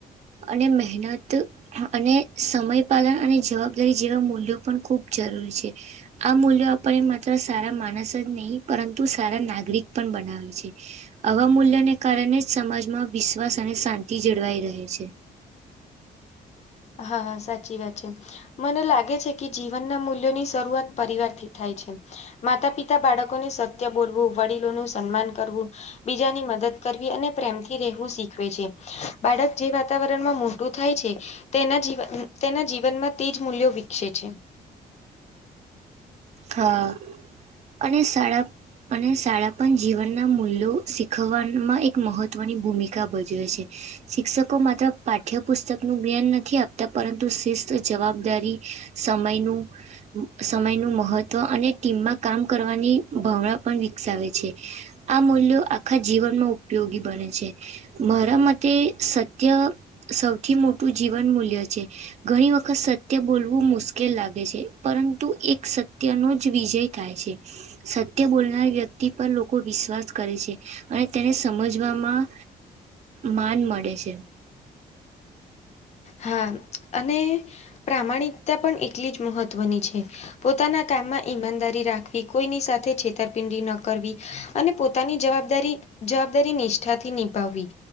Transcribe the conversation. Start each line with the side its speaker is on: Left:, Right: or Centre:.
Right: અને મહેનત અને સમયપલન અને જવાબ દારી જેવા મૂલ્યો પણ ખૂબ જરૂરી છે આ મૂલ્યો આપણણે માત્ર સારા માણસ જ નહીં પરંતુ સારા નાગરિક પણ બનાવે છે આવા મૂલ્યને કારણે જ સમાજમાં વિશ્વાસ અને શાંતિ જળવાઈ રહે છે
Left: હા હા સાચી વાત છે મને લાગે છે કે જીવનના મૂલ્યો ની શરૂઆત પરિવારથી થાય છે માતા પિતા બાળકોને સત્ય બોલવું વડીલોનું સન્માન કરવું બીજાની મદદ કરવી અને પ્રેમથી રહેવું શીખવે છે બાળક જે વાતાવરણમાં થાય છે તેના જીવન તેના જીવનમાં તેજ મૂલ્યો વિકસે છે
Right: હા અને શાળા અને શાળા પણ જીવન ના મૂલ શીખવમાં એક મહત્વની ભૂમિકા ભજવે છે શિક્ષકો માત્ર પાઠ્યપુસ્તક નું જ્ઞાન નથી આપતા પરંતુ શિસ્ત જવાબદારિ સમયનું સમયનું મહત્ત્વ તો અને ટીમમાં કામ કરવાની ભાવના પણ વિકસાવે છે આ મૂલ્યો આખા જીવનમાં ઉપયોગી બને છે મારા મતે સત્ય સૌથી મોટું જીવન મૂલ્ય છે ઘણી વખત સત્ય બોલવું મુશ્કેલ લાગે છે પરંતુ એક સત સત્યનો જ વિજય થાય છે સત્ય બોલનાર વ્યક્તિ પર લોકો વિશ્વાસ કરે છે અને તેને સમજવામાં માન મળે છે
Left: હા અને પ્રામાણિકતા પણ એટલી જ મહત્વની છે પોતાના કામમાં ઈમાનદારી રાખવી કોઈની સાથે છેતરપિંડી ન કરવી અને પોતાની જવાબદારી જવાબદારી નિષ્ઠાથી નિભાવવી